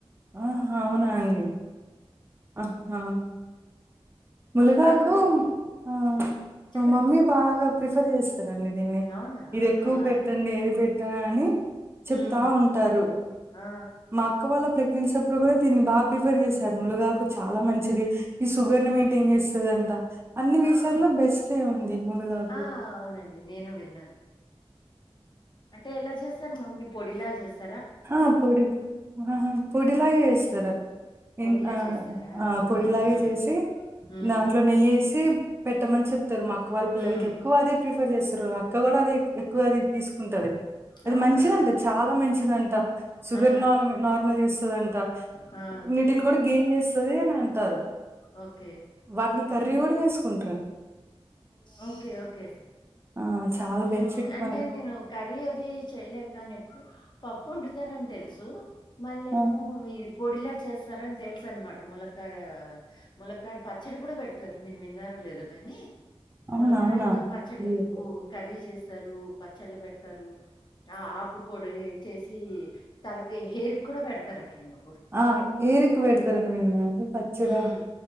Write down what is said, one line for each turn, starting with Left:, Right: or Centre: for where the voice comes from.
Right: హ్హ్ అవునా అండి ఆహా ములుగాకు
Left: ములగాకు ఒకటి
Right: ఆ
Left: చెప్పండి
Right: మా మమ్మీ బాగా ప్రిఫర్ చేస్తదండి దీన్ని
Left: అవునా
Right: ఇది ఎక్కువ
Left: ఆ
Right: పెట్టండి ఏది పెట్టాను అనీ చెప్తా
Left: ఉమ్
Right: ఉంటారు
Left: ఆ
Right: మా అక్క వాళ్ళ ప్రెగ్నెన్సీ అప్ ఇప్పుడు గుడా దీన్ని బాగా ప్రిఫర్ చేసారు ములుగాకు చాలా మంచిది ఇది షుగర్ ని ఏం చేస్తాదంట అ అన్ని
Left: అవును
Right: విషయాల్లో బెస్టే ఉంది ములుగాకు
Left: ఆ అవునండి నేను విన్నాను అంటే ఎలా చేస్తారు మమ్మీ పొడిలా చేస్తా
Right: ఆ పొడి ఆహా పొడిలాగ చేస్తారు
Left: పొడిలా
Right: ఇన్ ఆ
Left: చేస్తారా
Right: ఆ
Left: ఓకే.
Right: పొడిలాగ
Left: హ్మ్.
Right: చేసి
Left: హ్మ్.
Right: దాంట్లో నెయ్యేసి పెట్టమని చెప్తారు మా అక్క వాళ్ళ పిల్లలకి
Left: హ్మ్.
Right: ఎక్కువ అదే ఫ్రీఫ్ ర్ చేస్తారు అక్క గుడా అది ఎ ఎక్కువ అది తీసుకుంటది అది
Left: అవునా!
Right: మంచిదంట చాలా మంచిదంట షుగర్
Left: ఆ!
Right: నాల్మల్ నార్మల్ చేస్తదంట
Left: ఆ!
Right: వీటిని గుడా గెయిన్ చేస్తది అని అంటారు
Left: ఓకే
Right: వాటిని కర్రీ గుడా చేేసుకున్
Left: ఓకే ఓకే
Right: ఆ చాలా
Left: ఉ
Right: బెనిఫిట్
Left: అంటే
Right: మనకి
Left: నేను కర్రీ అది చేయలేదు కానీ ఎప్పుడు పప్పు వండుతారని తెలుసు మళ్ళేమో
Right: ఆ
Left: ఇది ప్ పొడిలా చేస్తారని తెల్సనమాట ములక్కడ ఆ ములక్కాడ పచ్చడి గుడా బెడుతరు మీరు విన్నారా లేదు కానీ
Right: అవునా
Left: ములకాళ్ళతో
Right: అవునా
Left: పచ్చడి
Right: తెలియట్లేదు.
Left: ఇ కూ కర్రీ చేస్తారు పచ్చళ్ళు బేడుతారు ఆ ఆకుపొడి ఏ చేసి తలకి హెయిర్ కూడా బెడుతారాటండో
Right: ఆ ఏరుకి బెడుతరని విన్న పచ్చడా
Left: హ్మ్.